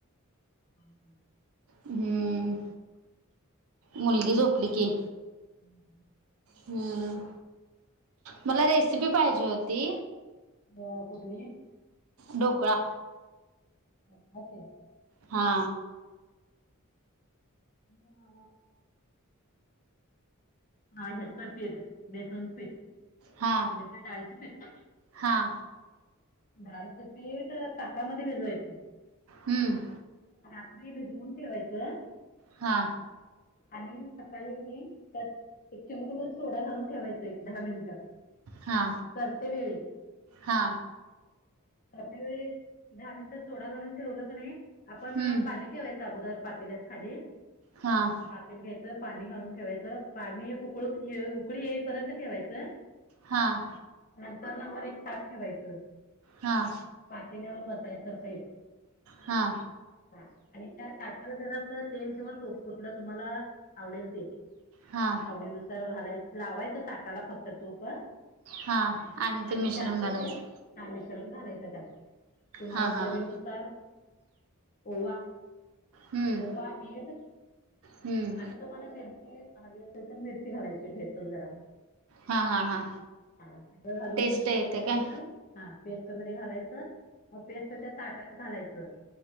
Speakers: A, on the left (about 40°); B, on the right (about 70°).
A: हम्म हम्म
B: हम्म, मुलगी झोपली की.
A: <inaudible>
B: हम्म, मला रेसिपी पाहिजे होती.
A: अ कुठली?
B: ढोकळा.
A: <unintelligible>
B: हा
A: म हा हेच पीठ बेसन पीठ.
B: हा
A: म्हणजे आपलं डाळीच पीठ.
B: हा
A: डाळीचं पीठ ताकामध्ये भिजवायचं.
B: हम्म
A: रात्री भिजवून ठेवायचं.
B: हा
A: आणि सकाळी का नि एक चिमुटभर सोडा घालून ठेवायचं एक दहा मिनिटं.
B: हा
A: करतेवेळी.
B: हा
A: करतेवेळी, दहा मिनिटं सोडा घालून ठेवलं क नाही, आपण
B: हम्म
A: पाणी ठेवायचं अगोदर पातलेत खाली.
B: हां.
A: पातेला घ्यायचं पाणी घालून ठेवायचं पाणी उकळून उकळी येईपर्यंत ठेवायचं.
B: हां.
A: नंतर ना वर एक ताक ठेवायचं.
B: हा
A: पातिल्यावर बसायाचं असा एक
B: हा
A: हा आणि त्या ताटाला जर असं तेल किंवा तूप कुटलं तुम्हाला आवडेल ते
B: हा.
A: आवडीनुसार घालाय लावायचं ताटाला फक्त तूप आणि
B: हा आणि ते मिश्रण
A: त्यात
B: घालायचं
A: ते हा मिश्रण घालायचं त्यात. तुम्हाला
B: हा हा
A: चवीनुसार
B: हा
A: ओवा
B: हम्म
A: होवा मीठ
B: हम्म
A: आणि तुम्हाला मिरची हवी असेल तर मिरची घालायची ठेचून जरा
B: हा हा हा
A: ह सगळं घालून
B: टेस्ट
A: मिक्स
B: येते
A: करून
B: काय
A: त्याने हा पेस्ट मध्ये घालायचं पेस्ट त्या ताटात घालायचं.